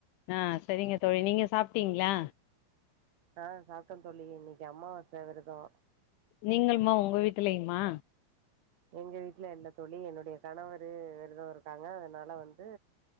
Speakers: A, on the left; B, on the right.
A: ஆ செரிங்க தோழி நீங்க சாப்ட்டீங்களா
B: ஆ சாப்ட்டே தோழி இன்னைக்கி அமாவாச விருதோ
A: நீங்களுமா உங்க வீட்டிலயுமா
B: எங்க வீட்ல இல்ல தோழி என்னுடைய கணவரு விருதோ இருக்காங்க அதனால வந்து